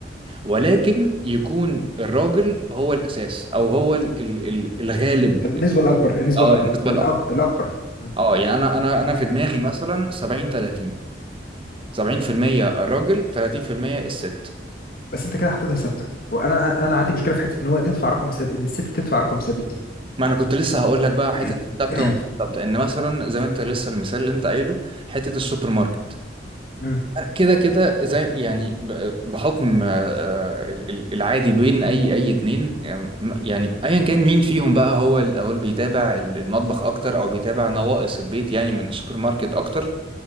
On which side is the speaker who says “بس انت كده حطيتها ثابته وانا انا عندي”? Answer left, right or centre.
Left